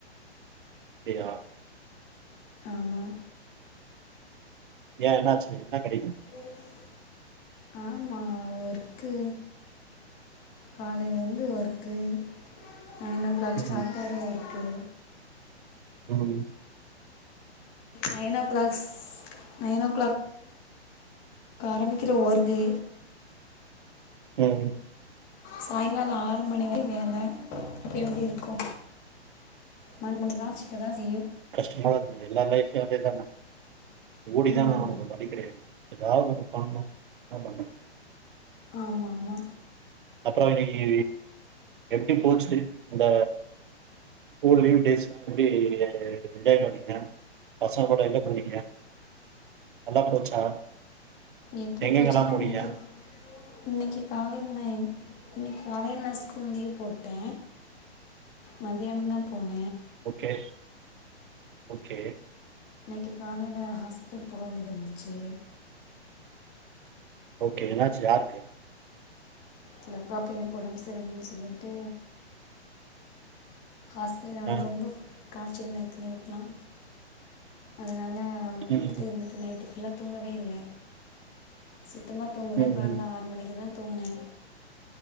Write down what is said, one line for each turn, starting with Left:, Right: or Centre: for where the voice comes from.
Right: அப்டியா
Left: ஆமா
Right: ஏ என்னாச்சு என்ன கெடைக்கு
Left: ஒ எஸ் ஆமா ஒரு க்கு காலையிலேருந்து ஒர்க்கு நைன் ஓ கிளாக்
Right: ம்
Left: ஸ்டார்டார ஆர ஒர்க்கு
Right: ம்
Left: nine o'clocks nine o'clock ஆரம்பிக்கிற ஒரு தி
Right: ம்
Left: சாயங்காலோ ஆறு மணிக்கு வர வேல எப்டி இருக்கு மணி மணி காட்சிக்க தா செய்யு
Right: கஷ்டமா இருந்து எல்லா லைஃப்லயு அதேதானே ஓடிதான
Left: ம்
Right: ஆவனு வேற வழி கிடையாது எதாவது ஒரு பண்ணு என்னா பண்றது
Left: ஆமா ஆமா
Right: அப்பறோ இன்னைக்கு எப்டி போச்சுது இந்த ஸ்கூல் லீவ் டேஸ்லா எப்டி என்ஜாய் பண்ணீங்க பசங்க கூட எங்க போனிங்க நல்லா போச்சா
Left: எப்டி
Right: எங்கெங்கெல்லா
Left: போச்சுன்னா
Right: போனீங்க
Left: இன்னைக்கு இன்னைக்கு காலையில நா இன்னைக்கு காலையில நா ஸ்கூல் லீவ் போட்ட மதியானந்தா போன
Right: ஓகே ஓகே
Left: இன்னைக்கு காலையில ஹாஸ்பிட்டல் போக வேண்டியது இருந்துச்சு
Right: ஓகே என்னாச்சு யார்க்கு
Left: எங்க அக்கா பையனுக்கு ஒடம்பு சரில்லனு சொல்லிட்டு ஹாஸ்பிட்டல் அவனுக்கு
Right: ஆ
Left: ரொம்ப காய்ச்சல் நேத்து நைட்ல்லா அதனால அவன பாத்துட்டு
Right: ம்
Left: இருந்துட்டு நைட்டு ஃபுல்லா தூங்கவே இல்ல சுத்தமா தூங்கல
Right: ம்
Left: காலையில
Right: ம்
Left: ஆறு மணிக்கு தா தூங்குனே